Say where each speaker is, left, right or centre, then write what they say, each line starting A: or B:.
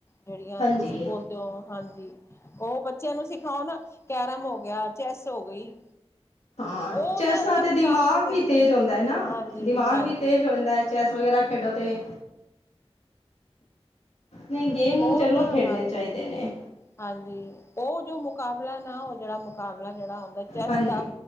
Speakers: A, on the left (about 25°); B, on the left (about 80°).
A: ਜਿਹੜੀਆਂ
B: ਹਾਂਜੀ
A: ਤੁਸੀਂ ਬੋਲ ਉਹ ਹਾਂਜੀ, ਉਹ ਬੱਚਿਆਂ ਨੂੰ ਸਿਖਾਓ ਨਾ ਕੈਰਮ ਹੋ ਗਿਆ, ਚੈਸ ਹੋ ਗਈ।
B: ਹਾਂ,
A: ਉਹਦੇ
B: ਚੈਸ
A: ਉਹਦੇ
B: ਨਾਲ ਤੇ
A: ਮੁਕਾਬਲੇ
B: ਦਿਮਾਗ
A: ਦੇ
B: ਵੀ ਤੇਜ਼ ਹੁੰਦਾ ਹੈਨਾ
A: ਹਾਂਜੀ
B: ਦਿਮਾਗ
A: ਹਾਂਜੀ
B: ਵੀ ਤੇਜ਼ ਹੁੰਦਾ ਹੈ। ਚੈਸ ਵਗੈਰਾ ਖੇਡੋ ਤੇ ਨਹੀਂ ਗੇਮ-
A: ਉਹਦਾ
B: ਗੂਮ ਜ਼ਰੂਰ ਖੇਡਣੇ
A: ਹਾਂਜੀ
B: ਚਾਹੀਦੇ ਨੇ।
A: ਹਾਂਜੀ। ਉਹ ਜੋ ਮੁਕਾਬਲਾ ਨਾ ਉਹ ਜਿਹੜਾ ਮੁਕਾਬਲਾ ਜਿਹੜਾ ਹਉਂਦਾ ਚੈਸ
B: ਹਾਂਜੀ
A: ਦਾ।